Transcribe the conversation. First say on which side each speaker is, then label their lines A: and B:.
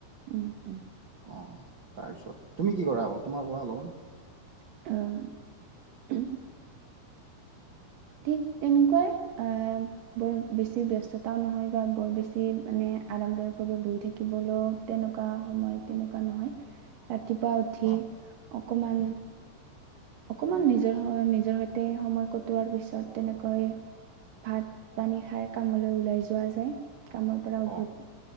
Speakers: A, on the right; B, on the right.
A: উম, উম,
B: অঁ তাৰপিছত তুমি কি কৰা আকৌ তোমাৰ কোৱা অলপমান
A: উম ঠিক তেনেকুৱাই বৰ বেছি ব্যস্ততাও নহয় বা বৰ বেছি মানে আৰামদায়ক ভাৱে বহি থাকিবলৈও তেনেকুৱা সময় তেনেকুৱা নহয় ৰাতিপুৱা উঠি
B: অ',
A: অকণমান
B: উম।
A: অকমান নিজৰ নিজৰ সৈতে সময় কটোৱাৰ পেছি ছত তেনেকৈ ভাত পানী খাই কামলৈ ওলাই যোৱা যায় কামৰ পৰা উভতি
B: অ'।